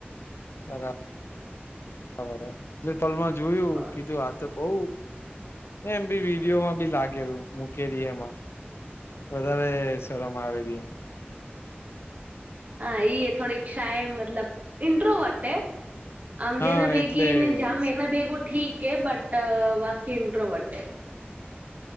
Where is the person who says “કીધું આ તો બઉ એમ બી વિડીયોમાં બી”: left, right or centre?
Left